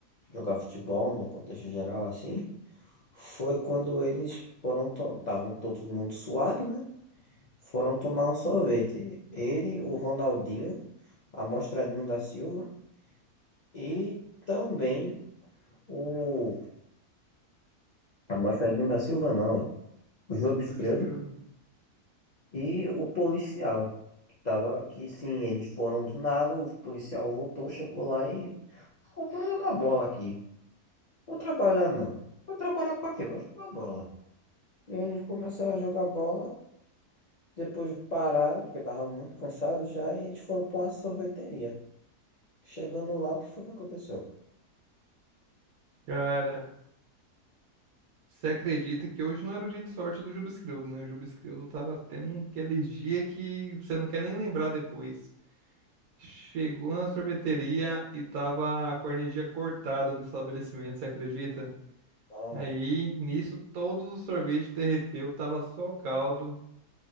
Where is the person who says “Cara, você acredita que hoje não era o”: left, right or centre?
Right